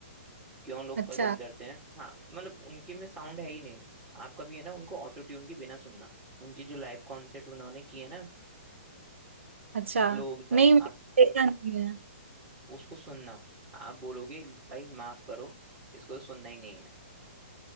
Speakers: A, on the right (about 25°); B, on the right (about 70°).
A: क्यों लोग
B: अच्छा
A: पसंद करते हैं हाँ मतलब उनके में साउंड है ही नहीं आप कभी है ना उनको ऑटो ट्यून के बिना सुनना उनकी जो लाइव कॉन्सर्ट उन्होंने किए है ना
B: अच्छा
A: लोगों के साथ
B: नहीं मैंने
A: आप
B: देखा
A: उ-
B: नहीं है
A: उसको सुनना आप बोलोगे भाई माफ करो इसको तो सुनना ही नहीं है